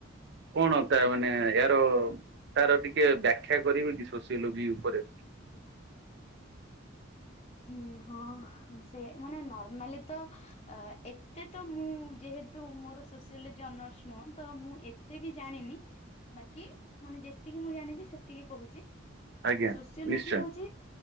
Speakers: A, on the right (about 55°); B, on the left (about 30°).
A: କଣ ତା ମାନେ ଏଆର ତାର ଟିକେ ବ୍ୟାଖ୍ୟା କରିବେ କି ସୋସିଓଲୋଜି ଉପରେ।
B: ହୁଁ ହଁ ସେ ମାନେ ନର୍ମାଲି ତ ଅ ଏତେ ତ ମୁଁ ଯେହେତୁ ମୋର ସୋସିଓଲୋଜି ଅନର୍ସ ନୁହଁ ତ ମୁଁ ଏତେ ବି ଜାଣିନି ବାକି ମାନେ ଯେତିକି ମୁଁ ଜାଣିଛି ସେତିକି କହୁଛି
A: ଆଜ୍ଞା
B: ସୋସିଓଲୋଜି
A: ନିଶ୍ଚୟ
B: ହଉଛି